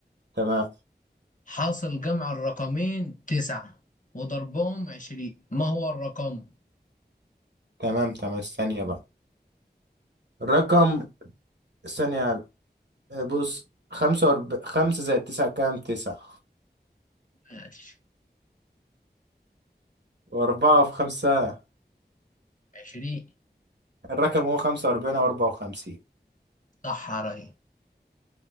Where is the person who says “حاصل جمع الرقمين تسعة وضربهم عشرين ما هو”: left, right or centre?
Left